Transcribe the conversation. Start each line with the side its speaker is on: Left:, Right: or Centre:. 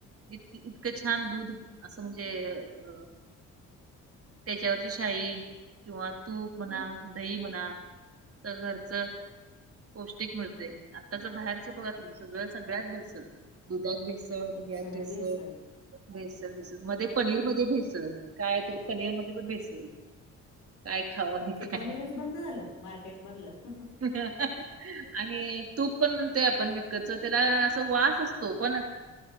Right: इतकी इतकं छान दूध असं म्हणजे अ त्याच्यावरची साई किंवा तूप म्हणा, दही म्हणा <unintelligible> राचं. पौष्टिक मिळते आताच बाहेरच बघा तुम्ही सगळं सगळ्यात भेसळ दुधात भेसळ स दयास
Left: सगळे भेसळ
Right: <unintelligible>
Left: आहे
Right: भेसळ भेसळ मध्ये पनीर मध्ये भेसळ काय तर पनीर मध्ये पण भेसळ. काय खावं.
Left: ते
Right: काय
Left: पनीरच बंद झालं मार्केट मधलं.
Right: <inaudible> आणि तूप पण म्हणतोय आपण विकतच त्याला अस वास असतो पण